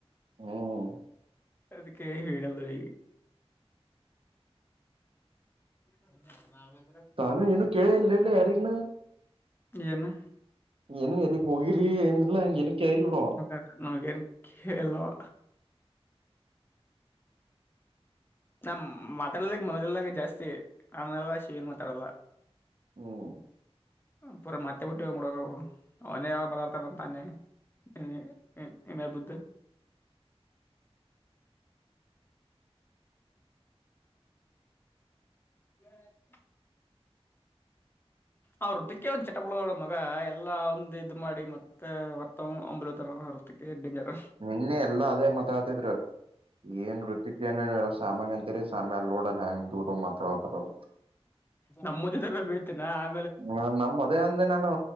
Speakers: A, on the right; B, on the left.
A: ಹ್ಮ್
B: ಅದಕ್ಕೆ ಹೇಳೀಲ್ಲವಿಗ್ ಹ್ಮ್ ನಾವೇ
A: ತಾನೇ ಏನು ಕೇಳೇ ಇಲ್ ಇನ್ನು ಯಾರಿನ್ನು.
B: ಏನ
A: ಏನು ಎಲ್ಲಿಗ್ ಹೋಗಿರಿ ಏನಿಲ್ಲ ಅಂಗೇನು ಕೇಳಿಲ್ಲ ನೋಡು ಅವ
B: <unintelligible> ನಮ್ಗೇನು ಕೇಳಿಲ್ಲವ. ನಾ ಮಾತಾಡಲ್ಲ ಮೊದಲಿನಂಗ ಜಾಸ್ತಿ. ಆಮೇಲಾಶಿ ಏನು ಮಾತಾಡಲ್ಲ.
A: ಹ್ಮ್
B: ಪೂರ ಮತ್ತೆ ಬಿಟ್ಟಿವಿ ಬಿಡದವು ಅವನೇ ಯಾವಗ ಮಾತಾಡ್ತಾನ್ ತಾನೇ <unintelligible> ಇನಾ ಬಿದ್ದ ಹಂ ಅವ್ರ ಟಿಕ್ಯಾ ಒಂದ ಚಟ ಬಿಡುವಲ್ಲ ಮಗ ಎಲ್ಲಾ ಒಂದ ಇದ್ ಮಾಡಿ ಮತ್ತ ಮತ್ತ್ ಅವ್ನ ಬಲ್ಲಿ ಹೋತಾ ಟಿಕೆಟ್ಟ್ ಡಿನ್ನರ್
A: ನಿನ್ನೆ ಎಲ್ಲಾ ಅದೇ ಮಾತಾಡ್ತಿದ್ರು ಏನ್ರಿ ಟಿಕ್ಯಾನ್ ಸಾಮ್ಯಗ್ ಅಂತೀರಿ ಸಮ್ಮ್ಯಾ ಅಲ್ಲಿ ನೋಡಲ್ಲ ಹೆಂಗ ದೂರ ಹೋಗಿ ಮಾತಾಡತಾರ್ ಅಂತ.
B: ನಮ್ಮ ಮುದಿ ಗೂಬೆ ಬೈತನ ಆ
A: ಹ್ಮ ನಮ್ಮ ಅದೇ ಅಂದೆ ನಾನು.